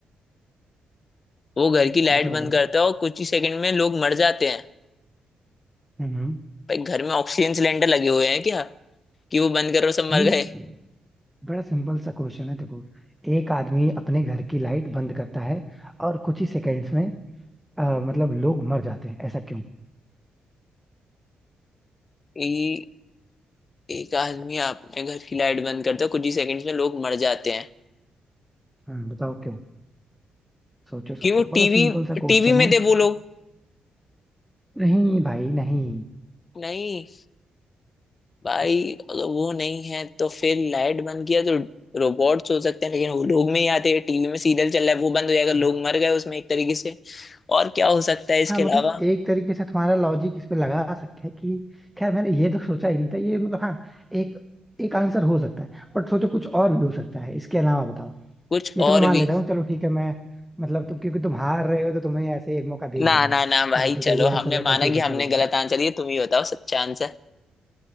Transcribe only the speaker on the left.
वो घर की लाइट
बंद
करता है और कुछ ही सेकंड में लोग मर जाते हैं
भाई घर में ऑक्सीजन सिलेंडर लगे हुए हैं क्या कि वो बंद करो सब मर
गए
ई, एक आदमी अपने घर की लाइट बंद करता है कुछ ही सेकंड्स में लोग मर जाते हैं
कि
वो
टीवी
टीवी में
थे वो लोग
नहीं भाई अगर वो नहीं है तो फिर लाइट बंद किया तो रोबोट्स हो सकते हैं लेकिन वो लोग में ही आते हैं टीवी में सीरियल चल रहा है वो बंद हो जाएगा लोग मर गए उसमें एक तरीके से और क्या हो सकता है इसके
अलावा
कुछ
और
भी
ना
ना ना भाई
चलो
हमने
माना
कि हमने
गलत आंसर दिया तुम ही बताओ सच्चा आंसर